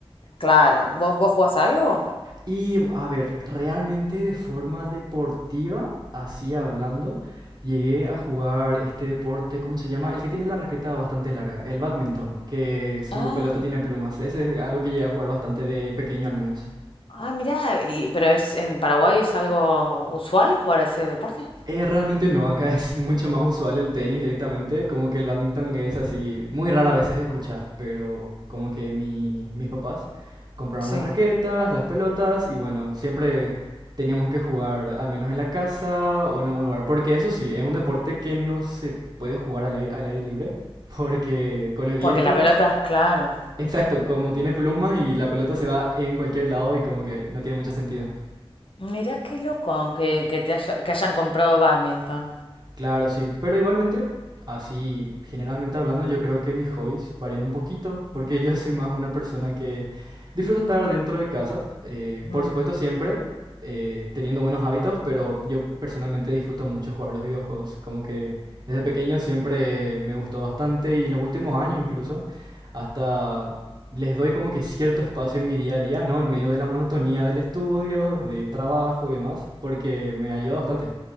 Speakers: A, on the left (about 60°); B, on the right (about 45°).
A: claro, ¿vos, vos jugás a algo?
B: Y a ver, realmente de forma deportiva, así hablando, llegué a jugar este deporte, ¿cómo se llama? El que tiene la raqueta bastante larga, el badminton, que su
A: Ah,
B: pelota tiene plumas. Ese es algo que llegué a jugar bastante de pequeño al menos.
A: ah, mirá, y- pero es en Paraguay es algo usual jugar a ese deporte.
B: Eh, realmente no, acá es mucho más usual el tenis directamente, como que el badminton es así, muy rara a veces escuchas, pero como que mi, mis papás compraron
A: Sí.
B: las raquetas, las pelotas y bueno, siempre teníamos que jugar al menos en la casa o en algún lugar, porque eso sí, es un deporte que no se puede jugar al, ai- al aire libre, <laughs> porque con el Porque viento,
A: Porque la pelota, es claro.
B: exacto, como tiene plumas y la pelota se va en cualquier lado y como que no tiene mucho sentido.
A: Mirá qué loco que, que te haya- que hayan comprado bádminton
B: Claro, sí, pero igualmente, así generalmente hablando, yo creo que mis hobbies varían un poquito, porque <laughs> yo soy más una persona que disfruto estar dentro de casa, eh,
A: Ujú.
B: por supuesto siempre eh, teniendo buenos hábitos, pero yo personalmente disfruto mucho jugar los videojuegos, como que desde pequeño siempre me gustó bastante y los últimos años incluso, hasta les doy como que cierto espacio en mi día a día, ¿no? En medio de la monotonía del estudio, del trabajo y demás, porque me ayuda bastante,